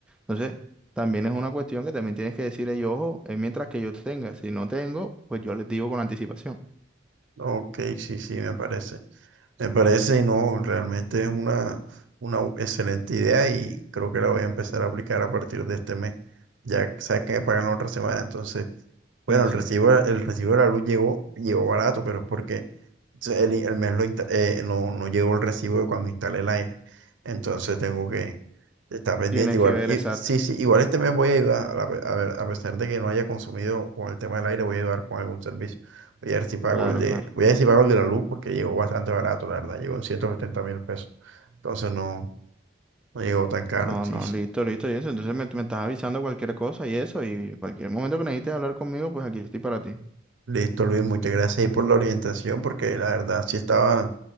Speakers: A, in the centre; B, on the right (about 85°).
A: Entonces, también es una cuestión que también tienes que decir, "Ey, ojo, es mientras que yo tenga. Si no tengo, pues yo les digo con anticipación.
B: Ok, sí, sí, me parece. Me parece y no, realmente es una, una u- excelente idea y creo que la voy a empezar a aplicar a partir de este mes. Ya que- sabes que me pagan la otra semana, entonces, bueno,
A: Sí,
B: el
A: sí.
B: recibo, el recibo de la luz llegó, llegó barato, pero es porque entonces, el, el mes lo insta- eh, no, no llegó el recibo de cuando instalé el aire. Entonces tengo que estar pendiente.
A: Tienes
B: Igual,
A: que ver,
B: y,
A: exacto.
B: sí, sí, igual este mes voy a ayudar. A, pe- a ver, a pesar de que no haya consumido con el tema del aire, voy a ayudar con algún servicio. Voy a ver si pago
A: Claro,
B: el de,
A: claro.
B: voy a ver si pago el de la luz porque llegó bastante barato, la verdad. Llegó en ciento setenta mil pesos. Entonces no, no llegó tan caro.
A: No,
B: sí,
A: no,
B: sí.
A: listo, listo, y eso. Entonces me, me estás avisando cualquier cosa y eso, y cualquier momento que necesites hablar conmigo, pues aquí estoy para ti.
B: Listo, Luis, muchas gracias ahí por la orientación porque la verdad sí estaba